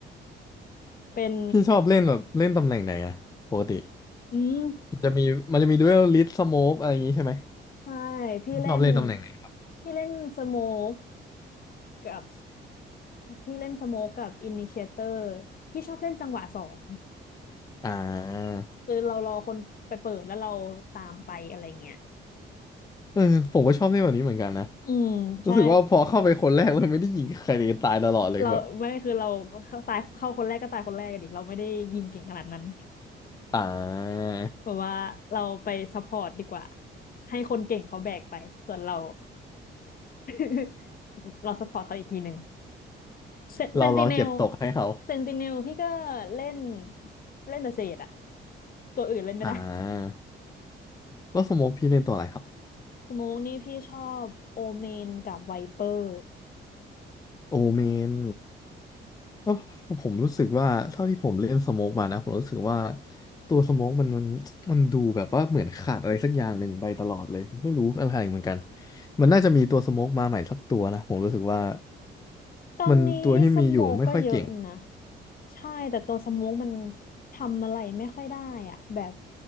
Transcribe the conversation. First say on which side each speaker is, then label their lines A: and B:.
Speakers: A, on the left (about 45°); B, on the left (about 20°).
A: เป็น
B: พี่ชอบเล่นแบบเล่นตำแหน่งไหนอะปกติ
A: อืม
B: มันจะมีมันจะมีดูเอลลิสสโมกอะไรอย่างงี้ใช่ไหม
A: ใช่ พี่เล่น
B: พี่ชอบเล่นตำแหน่งไหนครับ
A: พี่เล่นสโมกกับ พี่เล่นสโมกกับอินิเชเตอร์พี่ชอบเล่นจังหวะสอง
B: อ่า
A: คือเรารอคนไปเปิดแล้วเราตามไปอะไรเงี้ย
B: เออผมก็ชอบเล่นแบบนี้เหมือนกันนะ
A: อืมใช่
B: รู้สึกว่าพอเข้าไปคนแรกเลยไม่ได้ยิงใครเลยตายตลอดเลยแบบ
A: เราไม่คือเราเข้าตายเข้าคนแรกก็ตายคนแรกกันดิ เราไม่ได้ยิงเก่งขนาดนั้น
B: อ่า
A: แบบว่าเราไปซัพพอร์ตดีกว่า ให้คนเก่งเขาแบกไป ส่วนเรา <laughs> เราสปอร์ตเขาอีกทีหนึ่งเซเซนติเนล
B: เราเราเก็บตกให้เขา
A: เซนติเนลพี่ก็เล่นเล่นแต่เศษอะตัวอื่นเล่นไม่ได้
B: อ่าแล้วสโมกพี่เล่นตัวอะไรครับ
A: สโมกนี่พี่ชอบโอเมนกับไวเปอร์
B: โอเมน ก็ผมรู้สึกว่าเท่าที่ผมเล่นสโมกมานะผมรู้สึกว่าตัวสโมกมันมันมันดูแบบว่าเหมือนขาดอะไรสักอย่างหนึ่งไปตลอดเลยไม่รู้อะไรเหมือนกันมันน่าจะมีตัวสโมกมาใหม่สักตัวนะผมรู้สึกว่า
A: ตอนนี้สโมกก็เยอะนะ
B: มันตัวที่มีอยู่ไม่ค่อยเก่ง
A: ใช่แต่ตัวสโมกมันทำอะไรไม่ค่อยได้อะแบบ